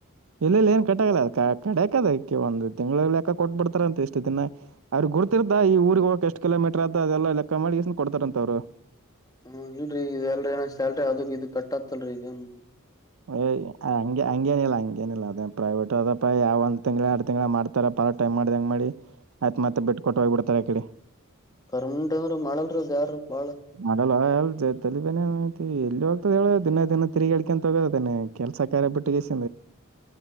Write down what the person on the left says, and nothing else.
ಹ್ಮ ಇಲ್ರಿ ಇಲ್ರಿ ಏನ ಸಲ್ರಿ ಅದ್ ಇದು ಕಟ್ ಆತಲ್ರರಿ ಈಗನ್
ಪರ್ಮೆಂಟ್ ಅಂದ್ರ ಮಾಡಲ್ರು ಯಾರು ಬಾಳ